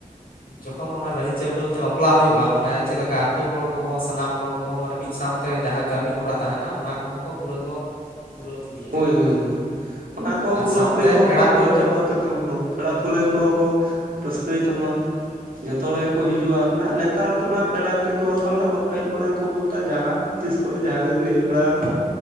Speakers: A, on the left; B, on the right.
A: ᱡᱚᱠᱷᱚᱱ ᱚᱱᱟ ᱨᱟᱦᱤ ᱪᱟᱹᱣᱰᱟᱹᱞ ᱛᱮ ᱵᱟᱯᱞᱟ ᱦᱳᱭᱳᱜᱼᱟ, ᱢᱟᱱᱮ ᱪᱮᱞᱮᱠᱟ ᱟᱛᱳ ᱦᱚᱲ ᱠᱚᱦᱚᱸ ᱥᱟᱱᱟᱢ ᱦᱚᱲ ᱠᱚᱦᱚᱸ ᱢᱟᱱᱮ ᱢᱤᱫ ᱥᱟᱶᱛᱮ ᱡᱟᱦᱟᱸ ᱠᱟᱹᱢᱤ ᱦᱚᱨᱟ ᱛᱟᱦᱮᱱᱟ ᱚᱱᱟ ᱠᱚ ᱦᱚᱸ ᱠᱚ ᱯᱩᱨᱟᱹ ᱠᱚ
B: <unintelligible>
A: ᱯᱩᱨᱟᱹᱣ ᱤᱫᱤ᱾
B: ᱦᱳᱭ-ᱦᱳᱭ-ᱦᱳᱭ ᱚᱱᱟ ᱠᱚ ᱯᱩᱨᱟᱹᱯᱩᱨᱤ
A: ᱥᱟᱶᱛᱮ
B: ᱠᱚ
A: ᱯᱮᱲᱟ
B: ᱯᱩᱨᱟᱹᱣ
A: ᱯᱟᱹᱲᱦᱟᱹ
B: ᱠᱚ ᱪᱟᱵᱟ ᱫᱚ ᱦᱳᱭ ᱯᱮᱲᱟ ᱯᱟᱹᱲᱦᱟᱹ ᱠᱚ ᱦᱚᱸ ᱠᱚ ᱨᱟᱹᱥᱠᱟᱹᱭ ᱛᱟᱢᱟ ᱾ ᱡᱚᱛᱚ ᱦᱚᱲ ᱜᱮ ᱠᱚ ᱦᱤᱡᱩᱜᱼᱟ ᱱᱟᱜ ᱱᱮᱛᱟᱨ ᱫᱚ ᱱᱟᱜ ᱯᱮᱲᱟ ᱦᱤᱨᱤ ᱠᱚ ᱦᱚᱸ ᱛᱚ ᱱᱟᱦᱟᱜ ᱵᱟᱠᱚ ᱦᱮᱡ ᱵᱟᱲᱟᱜᱼᱟ ᱠᱷᱩᱵᱽ ᱴᱟ ᱡᱟᱦᱟᱸ ᱛᱤᱥ ᱠᱚᱨᱮ ᱡᱟᱦᱟᱸ ᱜᱮᱢ ᱞᱟᱹᱭ ᱵᱟᱲᱟ ᱟᱠᱚ